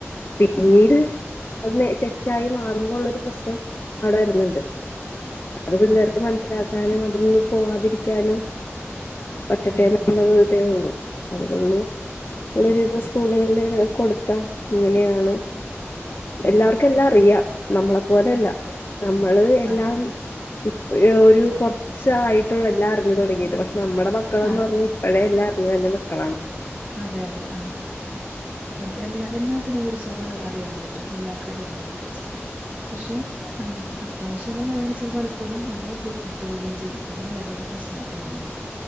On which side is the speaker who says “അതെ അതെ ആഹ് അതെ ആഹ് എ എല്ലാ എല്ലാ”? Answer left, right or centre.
Right